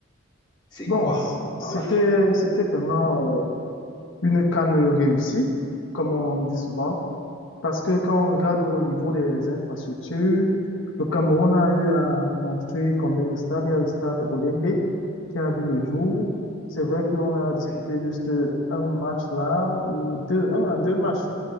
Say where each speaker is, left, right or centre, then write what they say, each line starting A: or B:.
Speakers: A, on the left; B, on the left.
A: c'est
B: Bon,
A: quoi
B: c- c'était,
A: par là?
B: c'était vraiment euh, une canne réussie, comme on dit souvent, parce que quand on regarde au niveau des infrastructures, le Cameroun a eu à construire combien de stades? Il y a le stade Olembe qui a vu le jour. C'est vrai qu'on a
A: Oui.
B: disputé juste un match là, ou deux, un à deux matchs